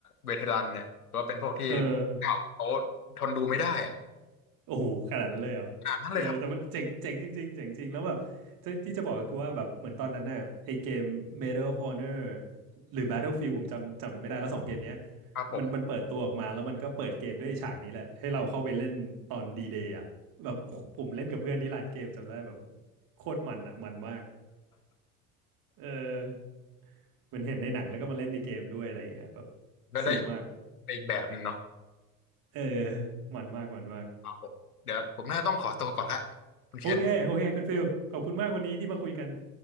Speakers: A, on the left (about 75°); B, on the right (about 50°).
A: เวเทรันเนี่ยหรือว่าเป็นพวกที่
B: เอ
A: เก่าเขา
B: อ
A: ทนดูไม่ได้อ่ะ
B: โอ้โห ขนาดนั้นเลยเหรอเออแต่มันเจ๋งเจ๋งจริงๆเจ๋งจริงแล้วแบบจะที่จะบอกก็คือว่าแบบเหมือนตอนนั้นน่ะไอเกม
A: ขนาดนั้นเลยครับ
B: Medal of Honor หรือ Battlefield ผมจำจำไม่ได้แล้วสองเกมเนี้ย
A: ครับผม
B: มันมันเปิดตัวออกมาแล้วมันก็เปิดเกมด้วยฉากนี้แหละให้เราเข้าไปเล่นตอนดีเดย์อ่ะแบบโอ้โหผมเล่นกับเพื่อนที่ร้านเกมจำได้แบบโคตรมันอ่ะมันมากเออเหมือนเห็นในหนังแล้วก็มาเล่นในเกมด้วยอะไรอย่างเงี้ยแบบ
A: แล้วได้
B: สนุกมาก
A: อีกแบบหนึ่งเนาะ
B: เออมันมากมันมาก
A: ครับผมเดี๋ยวผมน่าต้องขอตัวก่อนละคุณเคน
B: โอเคโอเคคุณฟิลขอบคุณมากวันนี้ที่มาคุยกัน